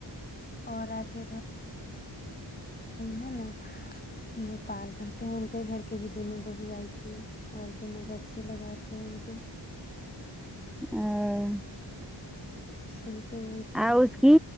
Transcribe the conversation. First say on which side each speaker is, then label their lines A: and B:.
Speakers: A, on the left; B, in the centre.
A: اور آتی ہے نا نیپال گے تھے ہیں ان کے گھر کے بھی دونوں بہو آئی تھی اور دونوں بچے لگائے تھے ان کے
B: اور
A: سب کوئی آئے تھے
B: او اسکی